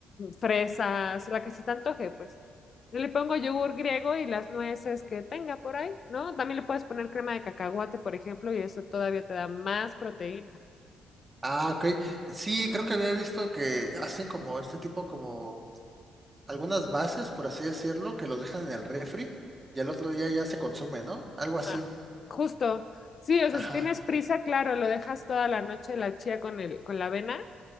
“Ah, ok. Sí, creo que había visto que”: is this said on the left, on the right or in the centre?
Right